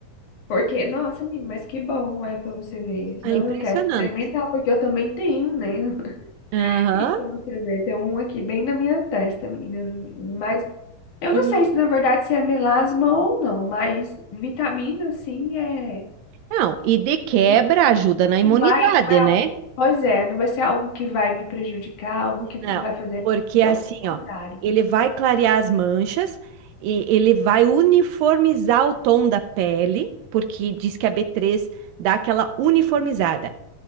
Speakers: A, on the left; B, on the right.
A: Porque, nossa, menina, mas que bom, olha, pra você ver. Não,
B: É impressionante.
A: eu quero experimentar, porque eu também tenho, né? <laughs>
B: Aham.
A: E pra você ver, tem um aqui bem na minha testa, menina. Mas eu
B: E
A: não sei se, na verdade, se é melasma ou não, mas vitamina, assim é.
B: não, e de quebra
A: Não
B: ajuda na imunidade,
A: não vai, não é
B: né?
A: algo. Pois é, não vai ser algo que vai me prejudicar, algo que não
B: Não,
A: vai fazer.
B: porque
A: Então,
B: assim,
A: pelo contrário.
B: ó, ele vai clarear as manchas e ele vai uniformizar o tom da pele, porque diz que a b três dá aquela uniformizada.